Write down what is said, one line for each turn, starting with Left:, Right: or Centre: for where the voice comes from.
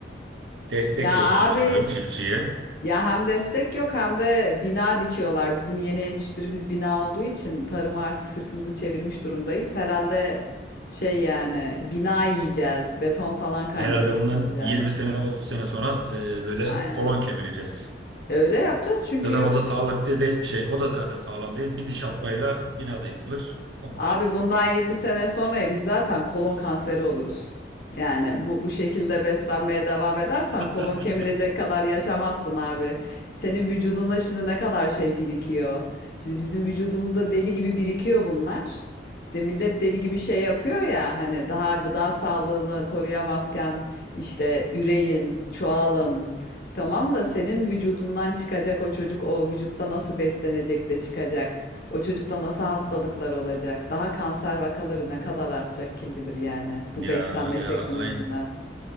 Left: <laughs>
Right: destek
Left: ya
Right: yokmuş
Left: abi
Right: sanırım çiftçiye.
Left: Ya hem destek yok hem de bina dikiyorlar. Bizim yeni endüstrimiz bina olduğu için tarıma artık sırtımızı çevirmiş durumdayız. Herhalde şey yani bina yiyeceğiz. Beton falan kaynatıp
Right: Herhalde bundan
Left: içeceğiz.
Right: 20 sene 30 sene sonra e, böyle
Left: Aynen.
Right: kolon kemireceğiz.
Left: Öyle yapacağız çünkü
Right: Zaten
Left: yo-
Right: o da sağlıklı değil şey o da zaten sağlam değil. Bir diş atmayla bina da yıkılır. Tamam
Left: Abi
Right: işte.
Left: bundan 20 sene sonraya biz zaten kolon kanseri oluruz. Yani bu bu şekilde beslenmeye devam edersen
Right: <laughs>
Left: kolon kemirecek kadar yaşamazsın abi. Senin vücuduna şimdi ne kadar şey birikiyor. Şimdi bizim vücudumuzda deli gibi birikiyor bunlar. İşte millet deli gibi şey yapıyor ya hani daha gıda sağlığını koruyamazken işte üreyin, çoğalın. Tamam da senin vücudundan çıkacak o çocuk o vücutta nasıl beslenecek de çıkacak. O çocukta nasıl hastalıklar olacak? Daha kanser vakaları ne kadar artacak kim bilir yani
Right: Ya
Left: bu beslenme
Right: ya
Left: şeklimiz
Right: aynı
Left: yüzünden.